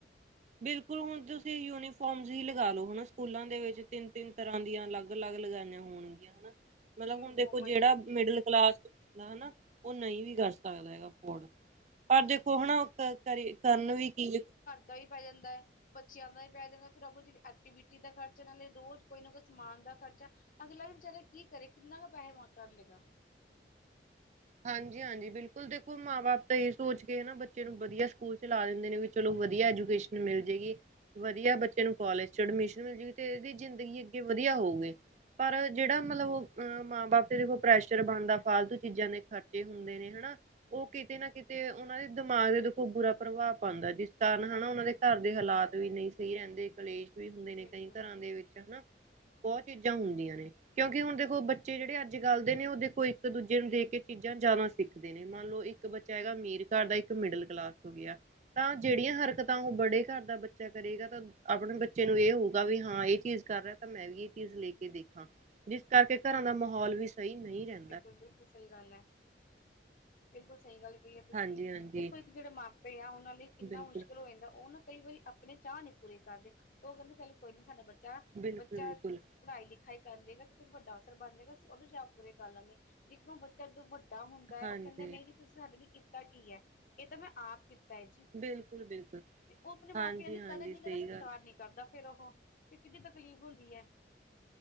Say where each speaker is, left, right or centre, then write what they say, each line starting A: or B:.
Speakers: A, on the right; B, on the left.
A: ਬਿਲਕੁਲ ਹੁਣ ਤੁਸੀਂ ਯੂਨੀਫੋਰਮਜ਼ ਹੀ ਲਗਾ ਲਓ ਹਨਾ ਸਕੂਲਾਂ ਦੇ ਵਿੱਚ ਤਿੰਨ-ਤਿੰਨ ਤਰਾਂ ਦੀਆਂ ਅਲੱਗ ਅਲੱਗ ਲਗਾਈਆਂ ਹੋਣਗੀਆਂ ਹਨਾ ਮਤਲਬ
B: ਯੂਨੀਫਾਰਮਾਂ
A: ਹੁਣ ਦੇਖੋ ਜੇੜਾ
B: ਹੀ ਆ
A: ਮਿਡਲ ਕਲਾਸ, ਹੁੰਦਾ ਹਨਾ, ਉਹ ਨਈਂ ਵੀ ਕਰ ਸਕ ਲਗਦਾ ਹੈਗਾ ਪੋਡ, ਪਰ ਦੇਖੋ ਹੁਨ ਕਰ ਕਰਨ ਵੀ ਕੀ
B: ਦਹੀ ਪੈ ਜਾਂਦਾ, ਬੱਚਿਆਂ ਦਾ ਵੀ ਪੈ ਜਾਂਦਾ। ਪ੍ਰਭੂ ਜੇੜੀ ਐਕਟੀਵਿਟੀ ਦਾ ਖਰਚਾ, ਨਾਲੇ ਰੋਜ਼ ਕੋਈ ਨਾ ਕੋਈ ਸਮਾਨ ਦਾ ਖਰਚਾ। ਅਗਲਾ ਵੀ ਵਿਚਾਰਾ ਕੀ ਕਰੇ, ਕਿੰਨਾ ਕ ਪੈਹਾ ਕਰ ਲੇਗਾ।
A: ਹਾਂਜੀ-ਹਾਂਜੀ ਬਿਲਕੁਲ ਦੇਖੋ ਮਾਂ-ਬਾਪ ਤਾਂ ਇਹੀ ਸੋਚ ਕੇ ਹਨਾ ਬੱਚੇ ਨੂੰ ਵਧੀਆ ਸਕੂਲ 'ਚ ਲਾ ਦਿੰਦੇ ਨੇ ਵੀ ਚਲੋ ਵਧੀਆ ਐਜੂਕੇਸ਼ਨ ਮਿਲ ਜੇਗੀ। ਵਧੀਆ ਬੱਚੇ ਨੂੰ ਕਾਲਜ 'ਚ ਐਡਮਿਸ਼ਨ ਮਿਲ ਜੂਗੀ ਤੇ ਇਹਦੀ ਜ਼ਿੰਦਗੀ ਅੱਗੇ ਵਧੀਆ ਹੋਊਗੀ ਪਰ ਜੇੜਾ ਮਤਲਬ ਓ ਮਾਂ-ਬਾਪ ਤੇ ਦੇਖੋ ਪ੍ਰੈਸ਼ਰ ਬਣਦਾ ਫਾਲਤੂ ਚੀਜ਼ਾਂ ਦੇ ਖਰਚੇ ਹੁੰਦੇ
B: ਹਮ
A: ਨੇ ਹਨਾ, ਉਹ ਕਿਤੇ ਨਾ ਕਿਤੇ ਉਹਨਾਂ ਦੇ ਦਿਮਾਗ ਦੇਖੋ ਬੁਰਾ ਪ੍ਰਭਾਵ ਪਾਂਦਾ ਜਿਸ ਕਾਰਨ ਹਨਾ ਉਹਨਾਂ ਦੇ ਘਰ ਦੇ ਹਾਲਾਤ ਵੀ ਨਈ ਸਈ ਰਹਿੰਦੇ ਕਲੇਸ਼ ਵੀ ਹੁੰਦੇ ਨੇ
B: ਬਿਲਕੁਲ
A: ਕਈ ਘਰਾਂ ਦੇ ਵਿੱਚ ਹਨਾ, ਬੋਹਤ ਚੀਜ਼ਾਂ ਹੁੰਦੀਆਂ ਨੇ ਕਿਉਂਕਿ ਹੁਣ ਦੇਖੋ ਬ ਬੱਚੇ ਜੇੜੇ ਅੱਜ-ਕੱਲ ਦੇ ਨੇ ਉਹ ਦੇਖੋ ਇੱਕ-ਦੂਜੇ ਨੂੰ ਦੇਖ ਕੇ ਚੀਜ਼ਾਂ ਜ਼ਿਆਦਾ ਸਿੱਖਦੇ ਨੇ, ਮੰਨ ਲਓ ਇੱਕ ਬੱਚਾ ਹੈਗਾ ਅਮੀਰ ਘਰ ਦਾ, ਇੱਕ ਮਿਡਲ ਕਲਾਸ ਹੋ ਗਿਆ ਤਾਂ ਜੇੜੀਆਂ ਹਰਕਤਾਂ ਉਹ ਬੜੇ ਘਰ ਦਾ ਬੱਚਾ ਕਰੇਗਾ ਤਾਂ ਆਪਣੇ ਬੱਚੇ ਨੂੰ ਇਹ ਹੋਊਗਾ ਵੀ ਹਾਂ ਏਹ ਚੀਜ਼ ਕਰ ਰਿਹਾ ਤਾਂ ਮੈਂ ਵੀ ਇਹ ਚੀਜ਼ ਲੈ ਕੇ ਦੇਖਾ ਜਿਸ ਕਰਕੇ ਘਰਾਂ ਦਾ ਮਾਹੌਲ ਵੀ ਸਈ ਨਈਂ ਰੈਂ।
B: ਬਿਲਕੁਲ-ਬਿਲਕੁਲ ਸਈ ਗੱਲ ਐ, ਬਿਲਕੁਲ ਸਈ ਗੱਲ ਏ ਕਈ ਆ ਤੁਸੀਂ,
A: ਹਾਂਜੀ ਹਾਂਜੀ
B: ਦੇਖੋ ਇੱਕ ਜੇੜੇ ਮਾਪੇ ਆ ਓਨਾਂ ਲਈ ਕਿੰਨਾ
A: ਬਿਲਕੁਲ
B: ਮੁਸ਼ਕਿਲ ਹੋ ਜਾਂਦਾ ਓ ਨਾ ਕਈ ਵਾਰੀ ਆਪ- ਆਪਣੇ ਚਾਅ ਨੀ ਪੂਰੇ ਕਰਦੇ, ਓ ਕੈਹੰਦੇ ਚੱਲ ਕੋਈ ਨੀ ਸਾਡਾ ਬੱਚਾ,
A: ਬਿਲਕੁਲ
B: ਬੱਚਾ
A: ਬਿਲਕੁਲ
B: ਪੜਾਈ-ਲਿਖਾਈ ਕਰ ਲੇਗਾ ਤੇ ਕੁੱਝ ਵੱਡਾ ਅਫਸਰ ਬਣ ਜੇਗਾ ਅਸੀਂ ਓਦੋ ਚਾਅ ਪੂਰੇ ਕਰ ਲਾਂਗੇ। ਇਕਦਮ ਬੱਚਾ ਜਦੋਂ ਵੱਡਾ ਹੁੰਦਾ
A: ਹਾਂਜੀ
B: ਐ ਓ ਕੈਹੰਦਾ ਨਈਂ ਜੀ ਤੁਸੀਂ ਸਾਡੇ ਲਈ ਕਿੱਤਾ ਕੀ ਐ ਏਹ ਤਾਂ ਮੈਂ ਆਪ ਕਿੱਤ ਤੈ ਜੀ,
A: ਬਿਲਕੁਲ ਬਿਲਕੁਲ
B: ਤੇ ਓ ਆਪਣੇ ਮਾਪੇਆਂ
A: ਹਾਂਜੀ
B: ਦੀ
A: ਹਾਂਜੀ
B: ਕਦਰ ਨੀ
A: ਸਹੀ
B: ਕਰਦਾ ਸਤਕਾਰ
A: ਗੱਲ
B: ਨੀ ਕਰਦਾ ਫੇਰ ਓਹ, ਫੇਰ ਕਿੰਨੀ ਤਕਲੀਫ਼ ਹੋਂਦੀ ਐ।